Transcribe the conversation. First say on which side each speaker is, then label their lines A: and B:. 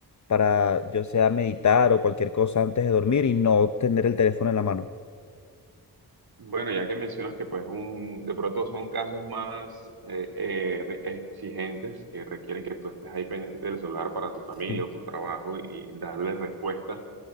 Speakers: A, on the left; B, on the right.
A: para, yo sea meditar o cualquier cosa antes de dormir y no tener el teléfono en la mano?
B: Bueno, ya que mencionas que pues un, de pronto son casos más eh, eh, re- exigentes que requieren que tú estés ahí pendiente del celular para tu familia
A: Sí.
B: o tu trabajo y darle respuesta